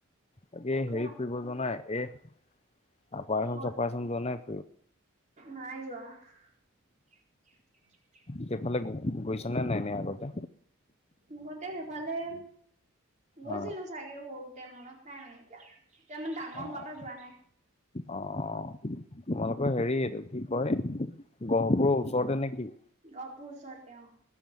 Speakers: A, on the left; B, on the right.
A: বাকি
B: কোৱা
A: হেৰি ফুৰিব যোৱা নাই এ <unintelligible>
B: ক'ত
A: <unintelligible> যোৱা নাই?
B: নাই <inaudible>
A: সেইফালে গৈছ নে নাই নাই আগতে।
B: আগতে সেইফালে গৈছিলো
A: অ'
B: চাগে, সৰুতে মনত নাই মানে এতিয়া। তেতিয়া ইমান ডাঙৰ
A: অ'
B: হোৱাৰ পৰা যোৱা নাই।
A: অ', তোমালোকৰ হেৰি এইটো কি কয় গহপুৰৰ ওচৰতে নেকি?
B: অ', গহপুৰ তেওঁ